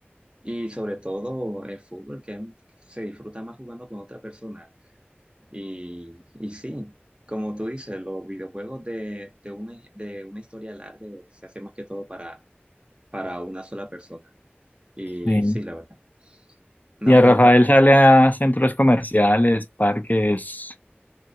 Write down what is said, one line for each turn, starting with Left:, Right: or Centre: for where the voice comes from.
Right: y sobre todo el fútbol que se disfruta más jugando con otra persona. Y, y sí, como tú dices, los videojuegos de, de una, de una historia larga se hace más que todo para, para una sola persona. Y
Left: Sí.
Right: sí, la verdad. No,
Left: Y a
Right: pero
Left: Rafael sale a centros comerciales, parques,